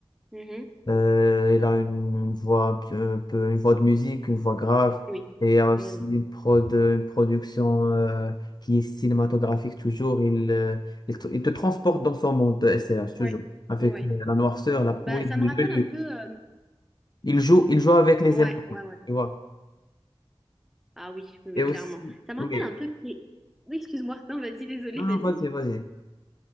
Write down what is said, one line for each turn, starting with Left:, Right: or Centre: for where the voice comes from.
Centre: Mhm.
Left: Euh, il a une, une voix un peu, un peu- une voix de musique, une voix grave.
Centre: Oui.
Left: Et il y a aussi
Centre: Oui, oui.
Left: une prod, une production euh, qui est cinématographique toujours. Il, euh, il, te il te transporte dans son monde, SRH, toujours.
Centre: Ouais,
Left: Avec
Centre: ouais, ouais.
Left: euh, la noirceur, la poésie,
Centre: Bah, ça me
Left: les
Centre: rappelle
Left: menus.
Centre: un peu. euh,
Left: Il joue, il joue avec les
Centre: Ouais,
Left: émotions,
Centre: ouais, ouais.
Left: tu vois.
Centre: Ah oui, oui, oui,
Left: Et aussi,
Centre: clairement. Ça me
Left: oui.
Centre: rappelle un peu. P- Oui, excuse-moi. Non, vas-y, désolé,
Left: Non,
Centre: vas-y.
Left: non, vas-y, vas-y.